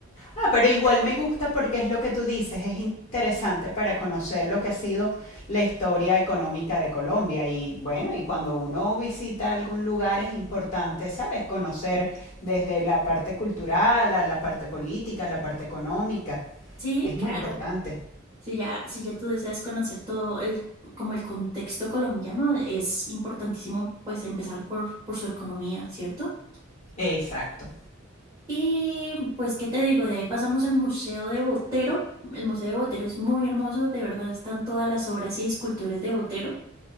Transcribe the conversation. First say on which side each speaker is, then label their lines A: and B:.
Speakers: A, on the left; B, on the right.
A: Ah, pero igual me gusta porque es lo que tú dices, es interesante para conocer lo que ha sido la historia económica de Colombia. Y bueno, y cuando uno visita algún lugar es importante, ¿sabes? Conocer desde la parte cultural a la parte política, a la parte económica.
B: Sí,
A: Es muy
B: claro.
A: importante.
B: Si ya, si ya tú deseas conocer todo el, como el contexto colombiano, es importantísimo pues empezar por, por su economía, ¿cierto?
A: Exacto.
B: Y pues, ¿qué te digo? De ahí pasamos al Museo de Botero. El Museo de Botero es muy hermoso, de verdad están todas las obras y esculturas de Botero.